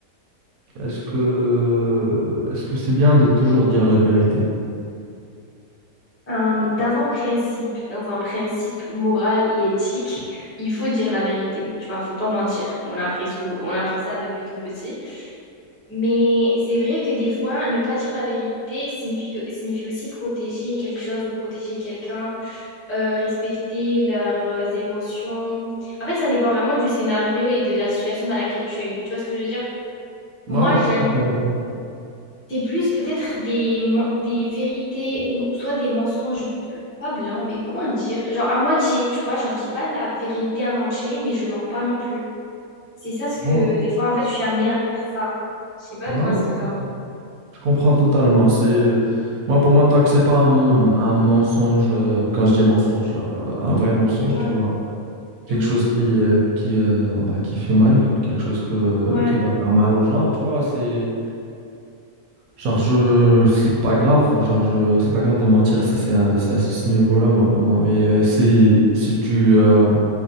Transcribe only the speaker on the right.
Est-ce que est-ce que c'est bien de toujours dire la vérité?
Ouais, ouais,
tout à fait d'accord.
Non,
non,
non,
je
com-
je comprends totalement. C'est moi pour moi tant que c'est pas un, mon- un mensonge, euh, quand je dis mensonge, genre euh, un vrai mensonge,
tu vois, quelque
chose qui euh, qui euh, bah, qui fait mal, quelque chose que
qui va faire mal aux gens, tu vois, c'est genre je c'est pas grave, genre je c'est pas grave de mentir, c'est c'est à, c'est à ce niveau-là moi pour moi. Mais euh, si si tu euh,